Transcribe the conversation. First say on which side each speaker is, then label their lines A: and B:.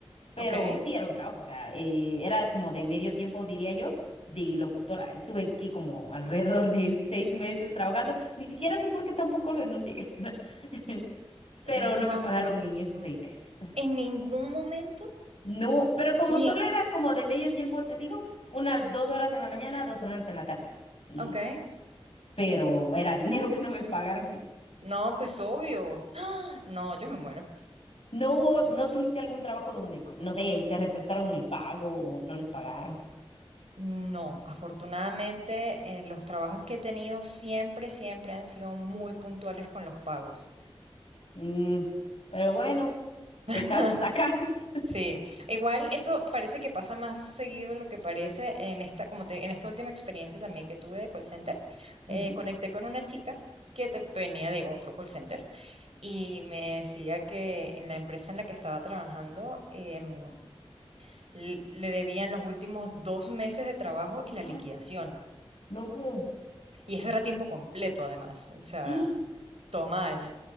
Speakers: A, on the left (about 70°); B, on the right (about 90°).
A: Pero
B: ok.
A: sí era un trabajo, o sea, eh, era como de medio tiempo, diría yo, de locutora. Estuve aquí como alrededor de seis meses trabajando. Ni siquiera sé por qué tampoco renuncié, <laughs> pero
B: No.
A: no me pagaron en esos seis meses.
B: En ningún momento.
A: No, pero como
B: Ni.
A: solo era como de medio tiempo, te digo, unas dos horas en la mañana, dos horas en la tarde. Y,
B: Ok.
A: pero era dinero que no me pagaron.
B: No, pues obvio. <gasps> ¡Ah! No, yo me muero.
A: ¿No hubo, no tuviste algún trabajo donde, co- no sé, se retrasaron el pago o no les pagaron?
B: No, afortunadamente, eh, los trabajos que he tenido siempre, siempre han sido muy puntuales con los pagos.
A: Mm, pero bueno,
B: <laughs>
A: de casos a casos. <laughs>
B: Sí, igual eso parece que pasa más seguido de lo que parece en esta, como te, en esta última experiencia también que tuve de call center.
A: Ujú.
B: eh, conecté con una chica que te- venía de otro call center y me decía que en la empresa en la que estaba trabajando em, le le debían los últimos dos meses de trabajo y la
A: ¡Ah!
B: liquidación.
A: No.
B: Y eso era tiempo completo además. O sea,
A: <gasps> ¡Ah!
B: todo mal.